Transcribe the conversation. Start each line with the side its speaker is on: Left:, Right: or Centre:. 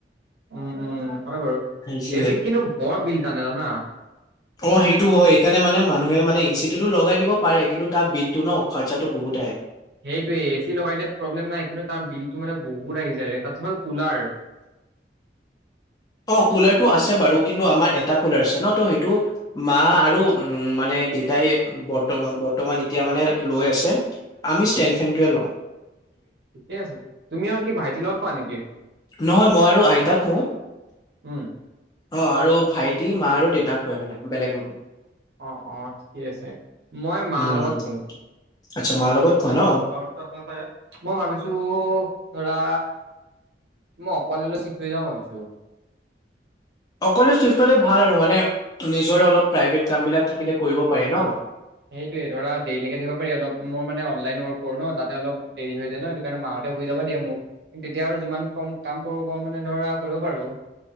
Right: উম, উম, হয় বাৰু
Left: সেইটোৱে
Right: এচিত কিন্তু বৰ বিল টানে জানা
Left: অ', সেইটো হয় সেইকাৰণে মানে মান মানুহে মানে ই চি টোতো লগাই দিব পাৰে কিন্তু তাৰ বিলতটো ন খৰচাো বহুত আহে
Right: সেইটোয়ে এ চি লগাইাত প্ৰব্লেম নাই কিন্তু তাৰ বিল টো মানে বহুত আহি যায় তাতছফল কুলাৰ
Left: অ', কুলাৰ টো আছে বাৰু কিন্তু আমাৰ এটা কুলাৰ আছে ন ত সেইটো মা আৰু উ মানে দেতাই বৰ বৰ্তমান এতিয়া মানে লৈ আছে আমি
Right: উম
Left: টেন এটভ ল
Right: ঠিকে আছে তুমি আৰু কি ভাইটিৰ লগত খোৱা নেকি
Left: নহয় মই আৰু আইতাক শুও
Right: উম,
Left: অ', ৰু ভাইটি মা আৰু দেউতাক হয় মানে বেলেগ ৰুম
Right: অ', অ ', ঠিকে আছে মই মাৰ
Left: উম
Right: লগত শুওঁ
Left: আচ্ছা মাৰ লগত খোৱা ন
Right: অ', বতো আছে ন চ ইয়াত মই ভাবিছো ধৰা, মই অকলেলৈ শিক থৈ যাওঁ ভাবিছো
Left: অকলে চিফ্ট হলে ভাল আৰু মানে, নিজৰে অলপ প্ৰাইভেট কাম বিলাক থাকিলে কৰিব পাৰি ন
Right: সেইটোোৱে ধৰা ডেইলকে থাকিব পাৰি অলপ মোৰ মানে অনলাইন ৱৰ্ক কৰো ন তাতে অলপ দেৰি হৈ যায় ন স কাৰণে মাহ তেয়া বুজ যাব দিয়ে মোক কিন্তু তেতিয়া আৰু যিমান কম কাম কৰো ক মানে ধৰা কৰিব পাৰো